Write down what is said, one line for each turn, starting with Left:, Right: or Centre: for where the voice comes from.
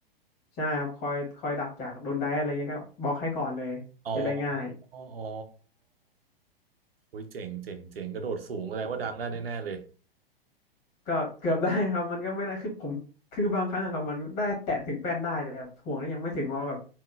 Left: ใช่ครับคอยคอยดักจากโดนได้อะไรเงี้ยก็บล็อกให้ก่อนเลยจะได้ง่าย
Right: อ๋ออ๋ออ๋อโอ้ยเจ๋งเจ๋งเจ๋งกระโดดสูงแสดงว่าดังได้แน่ๆเลย
Left: ก็เกือบได้ครับมันก็ไม่ได้คือผมคือบางครั้งอะครับมันได้แตะถึงแป้นได้แต่แบบห่วงก็ยังไม่ถึงว่าแบบ